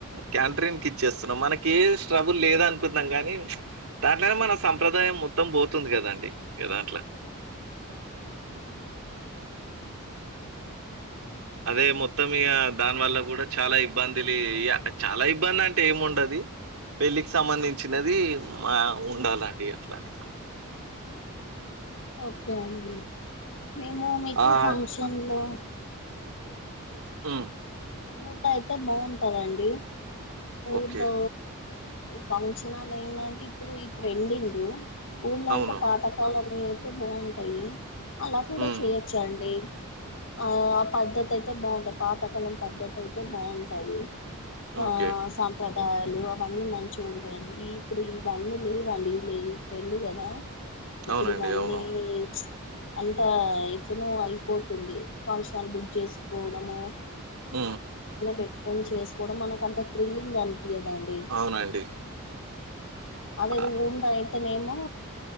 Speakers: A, on the right (about 75°); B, on the left (about 60°).
A: క్యాంట్రిన్ కి ఇచ్చేస్తున్నాం మనకి కే స్ట్రగుల్ లేద అనుకుంటునం కానీ దాంట్లనే మన సంప్రదాయం మొత్తం పోతుంది కదండి ఏదాంట్ల
B: ఆ
A: అదే మొత్తం ఇగ దాని వల్ల కూడా చాలా ఇబ్బందిలీ ఇయ చాలా ఇబ్బంది అంటే ఏముండది పెళ్ళికి సంబంధించినది మా ఉండాలండి అట్లని
B: ఓకే అండి మేము మీకు
A: ఆహ్,
B: ఫంక్షన్ లో
A: ఉ
B: ఊట అయితే బాగుంటదండి ఊళ్లో
A: ఓకే.
B: ఫంక్షన్ హాల్ ఏందంటే ఇప్పుడు ఈ ట్రెండింగ్ ఊళ్లో
A: అవును.
B: అయితే పాతకాలం అ అయితే బాగుంటాయి అలా కూడా
A: హ్మ్.
B: చేయొచ్చా అండి ఆ ఆ పద్ధతి అయితే బాగుంటది పాతకాలం పద్ధతి అయితే బాగుంటది స
A: ఓకే.
B: సాంప్రదా కాయలు అవన్నీ మంచిగా ఉంటాయండి ఇ ఇప్పుడు ఇవన్నీ లేవండి లే ఫ్రెండ్ కదా
A: అవునండి.
B: ఇప్పుడు నైన్
A: అవును.
B: ఏ అంత ఎట్లానో అయిపోతుంది ఫంక్షన్ బుక్ చేసుకోవడము
A: ఆ
B: పెట్టుకోని చేసుకోవడం మనకు అంత థ్రిల్లింగ్ అనిపియదండి
A: అవునండి.
B: అదేదో
A: అ
B: ఊండ అయితేనేమో